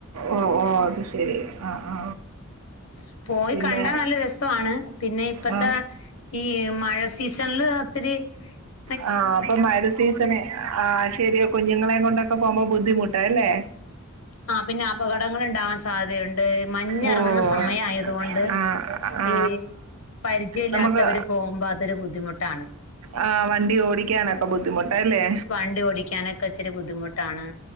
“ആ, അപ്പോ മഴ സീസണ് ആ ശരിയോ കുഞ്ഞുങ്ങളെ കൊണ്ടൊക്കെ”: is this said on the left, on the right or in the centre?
Right